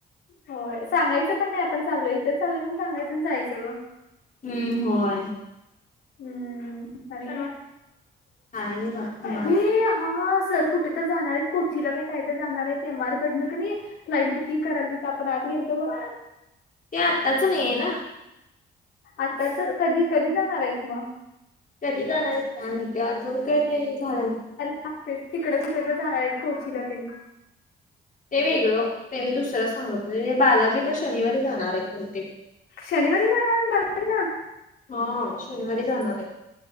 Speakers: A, on the left; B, on the left.
A: होय सांगायचं पण नाही आपण चालोय इथच चालोय म्हणून सांगायच आणि जायचं ग.
B: हम्म होय.
A: हम्म आणि,
B: काय नाही बा निवांत
A: हे हा सर कुठे तर जाणार आहे कोचीला काही काय तर जाणार आहे एम आर कडनं क नाही फ्लाईट बुकिंग करायची तिथं आपण आत गेलतो बग.
B: ते आत्ताच नाही आहे ना.
A: आत्ताच कधी, कधी जाणार आहेत मग?
B: कधी जाणार आहेत काय माहीत अजून काही ते झाला नाही.
A: लागतेस तिकडं कुठे तर जाणार आहेत कोचीला तेन.
B: ते वेगळं त्यांनी दुसरा सांगतले बालाजीला शनिवारी जाणार आहे कोणते.
A: शनिवारी जाणार आहेत बालाजी ला?
B: हा शनिवारी जाणार आहे.